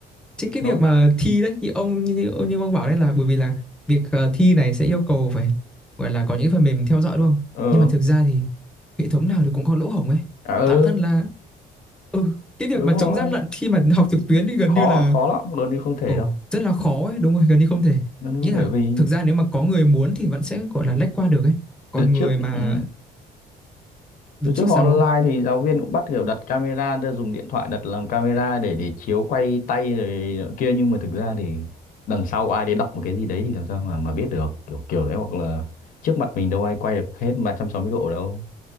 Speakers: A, in the centre; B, on the left.
A: chính cái
B: nó
A: việc mà thi đấy như ông như, như, ông- như ông bảo đấy là bởi vì là việc ờ, thi này sẽ yêu cầu phải gọi là có những cái phần mềm theo dõi đúng không
B: ờ
A: nhưng mà thực ra thì hệ thống nào thì cũng có lỗ hổng ấy
B: à, ừ,
A: bản thân là ừ cái việc
B: đúng
A: mà
B: rồi
A: chống gian lận khi mà học trực tuyến thì gần
B: khó
A: như là
B: khó lắm luôn đi không thể
A: ồ
B: đâu
A: rất là khó ấy đúng rồi gần như không thể
B: luôn đi không
A: nghĩa
B: thể
A: là
B: vì
A: thực ra nếu mà có người muốn thì vẫn sẽ gọi là lách qua được ấy còn
B: đợt trước
A: người mà
B: ừ,
A: được
B: Từ trước
A: trước
B: họ
A: sau
B: online
A: không
B: thì giáo viên cũng bắt kiểu đặt camera ra dùng điện thoại đặt làm camera để để chiếu quay tay rồi nọ kia nhưng mà thực ra thì đằng sau ai đấy đọc một cái gì đấy thì làm sao mà mà biết được kiểu kiểu đấy hoặc là trước mặt mình đâu ai quay được hết 360 độ đâu